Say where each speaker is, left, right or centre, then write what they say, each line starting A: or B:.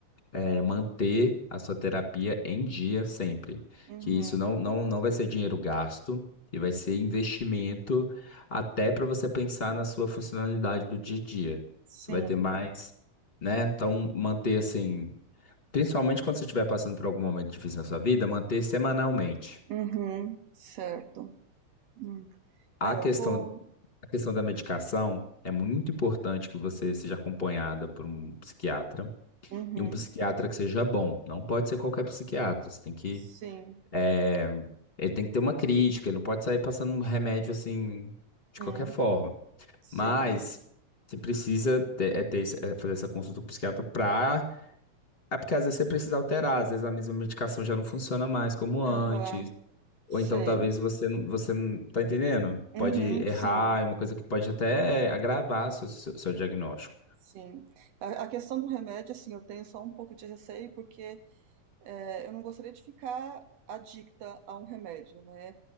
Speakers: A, on the left; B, on the right.
A: é, manter a sua terapia em dia sempre.
B: Uhum.
A: Que isso não, não, não vai ser dinheiro gasto e vai ser investimento até para você pensar na sua funcionalidade do dia a dia.
B: Sim.
A: Você vai ter mais né? Então, manter assim. Principalmente quando você estiver passando por algum momento difícil na sua vida, manter semanalmente.
B: Uhum. Certo. Hum.
A: A
B: É,
A: questão,
B: eu vou.
A: a questão da medicação é muito importante que você seja acompanhada por um psiquiatra
B: Uhum.
A: e um psiquiatra que seja bom. Não pode ser qualquer psiquiatra. Você tem que,
B: Sim.
A: eh, ele tem que ter uma crítica. Ele não pode sair passando um remédio assim de
B: Uhum.
A: qualquer forma.
B: Sim.
A: Mas você precisa ter, é ter esse- é fazer essa consulta com o psiquiatra para, é porque às vezes você precisa alterar. Às vezes a mesma medicação já não funciona mais como antes.
B: Aham.
A: Ou
B: Sei.
A: então talvez você, não- você não tá entendendo?
B: Uhum.
A: Pode errar,
B: Sim.
A: é uma coisa que pode até agravar seu, seu, seu diagnóstico.
B: Sim. A, a questão do remédio, assim, eu tenho só um pouco de receio, porque é, eu não gostaria de ficar adicta a um remédio, né?